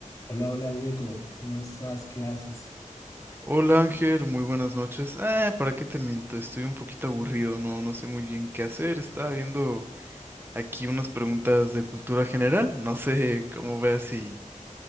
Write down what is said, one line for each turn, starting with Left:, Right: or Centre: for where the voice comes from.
Left: Hola, hola Diego, ¿cómo estás? ¿Qué haces?
Right: Hola Ángel, muy buenas noches. Ah, ¿para qué te miento? Estoy un poquito aburrido, no, no sé muy bien qué hacer. Estaba viendo aquí unas preguntas de cultura general. No sé cómo veas si